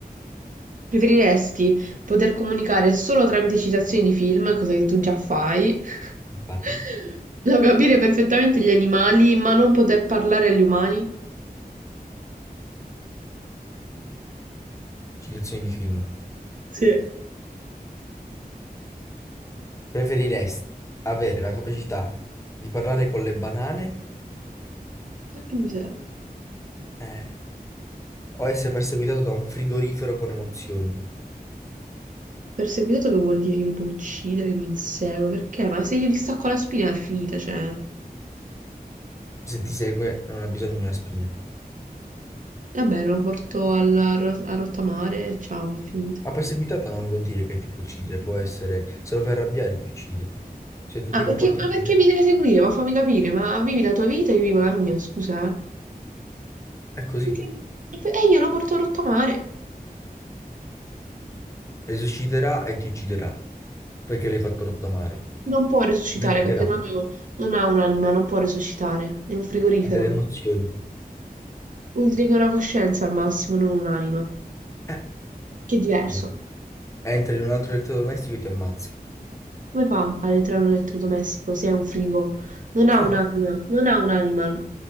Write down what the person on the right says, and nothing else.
Preferiresti poter comunicare solo tramite citazioni di film, cosa che tu già fai, <laughs>
o capire perfettamente gli animali, ma non poter parlare agli umani?
Sì. E
a che mi serve?
Perseguitato che vuol dire che mi può uccidere, che mi insegue? Perché? Ma se io gli stacco la spina è finita, cioè...
Vabbè, lo porto al, a rottamare e ciao, è finita.
Ah,
perché,
ma
perché mi deve seguire? Ma fammi capire, ma vivi la tua vita e io vivo la mia, scusa. eh.
Perché- E io lo porto rotto a mare.
Non può resuscitare
perché non, non ha un'anima, non può resuscitare. È un frigorifero.
Vuol dire che ha una coscienza al massimo, non un'anima.
Che è diverso.
Come fa ad entrare un elettrodomestico se è un frigo? Non ha
un'anima, non ha un'anima.